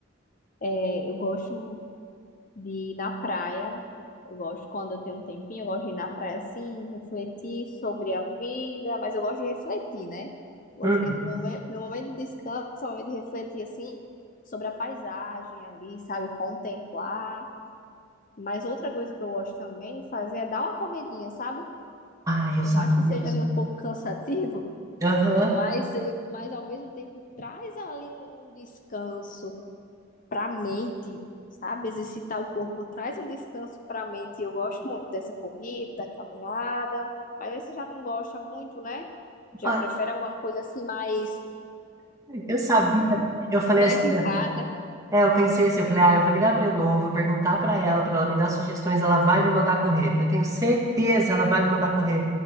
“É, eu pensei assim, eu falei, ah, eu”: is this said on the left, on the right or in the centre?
Right